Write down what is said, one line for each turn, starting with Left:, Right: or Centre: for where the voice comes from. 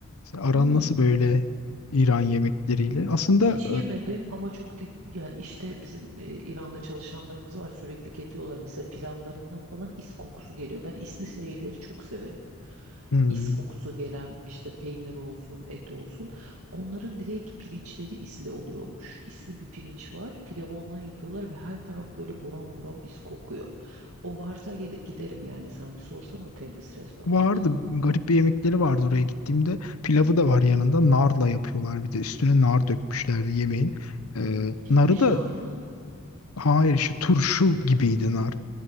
Left: Aran
Right: Hmm.
Left: nasıl böyle İran yemekleriyle? Aslında
Right: Hiç yemedim ama çok di- yani işte bizim e, İranlı çalışanlarımız var sürekli getiriyorlar mesela pilavlarından falan is kokusu geliyor. Ben isli şeyleri çok severim.
Left: e, hmm,
Right: Is kokusu gelen işte peynir olsun, et olsun. Onların direkt pirinçleri isli oluyormuş. İsli bir pirinç var. Pilavı ondan yapıyorlar ve her taraf böyle buram buram is kokuyor. O varsa gide- giderim yani. Sen bir sorsan o Tebris restorantına.
Left: vardı. Garip bir yemekleri vardı oraya gittiğimde. Pilavı da var yanında. Narla yapıyorlar bir de. Üstüne nar dökmüşlerdi yemeğin. Ee, narı
Right: Mişnar
Left: da
Right: mı?
Left: hayır işte turşu gibiydi nar.